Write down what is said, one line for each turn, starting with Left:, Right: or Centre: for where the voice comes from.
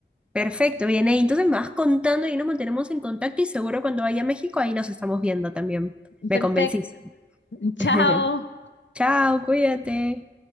Centre: Perfecto, bien ahí. Entonces me vas contando y nos mantenemos en contacto y seguro cuando vaya a México ahí nos estamos viendo también. Me
Left: Perfecto,
Centre: convenciste.
Left: <laughs> chao.
Centre: <laughs> Chao, cuídate.